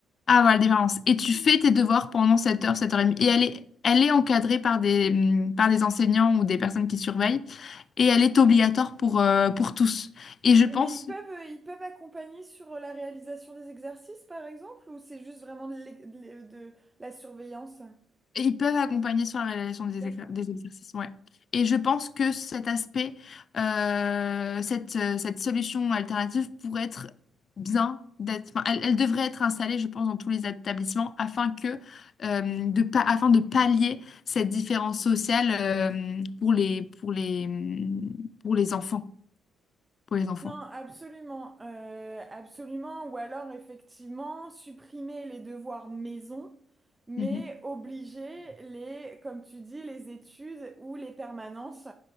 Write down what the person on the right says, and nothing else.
Mais ils peuvent, euh, ils peuvent accompagner sur euh, la réalisation des exercices, par exemple, ou c'est juste vraiment de, l'é- de l'é- de la surveillance?
D'accord.
Non, absolument, euh, absolument. Ou alors, effectivement, supprimer les devoirs maison, mais
obliger les, comme tu dis, les études ou les permanences